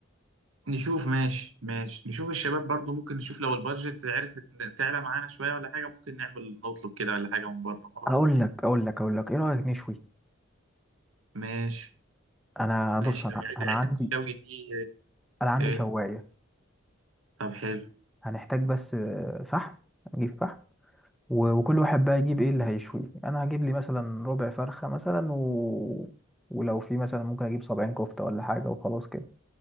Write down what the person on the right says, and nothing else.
نشوف ماشي ماشي نشوف الشباب برضو ممكن نشوف لو البادجت عرفت تعلى معانا شوية ولا حاجة ممكن نعمل نطلب كده ولا حاجة من بره مع بعض
ماشي
ماشي
عد-
عدة الشوي دي
آه، ايه
طب حلو